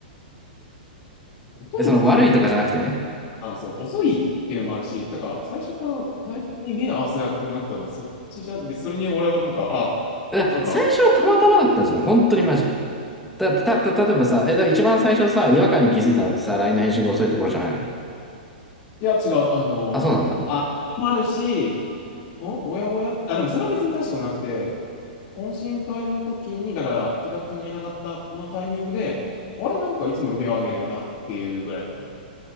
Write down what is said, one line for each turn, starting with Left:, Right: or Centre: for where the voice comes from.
Left: 遅いっていう、
Centre: え、その悪いとかじゃなくてね。
Left: あ、そう、遅いっていうのもあるし、だから最初から、最初に目合わせなくなったの、そっちじゃん。別にそれに俺はなんか、あ、
Centre: だから最初はたまたまだったんじゃない本当にマジで。
Left: なんか、
Centre: だ、た、た、例えばさ、え、だから一番最初さ、違和感に気づいたのってさ、LINE の返信が遅いところじゃないの
Left: いや、違う、あのーあ、
Centre: あ、そうなんだ。
Left: でもあるし、お、おやおや、あ、でもそれは別に大したことなくて、懇親会の時に、だから、キラ君がいなかったのタイミングで、あれなんかいつもより目合わねえよなっていうぐらいかな。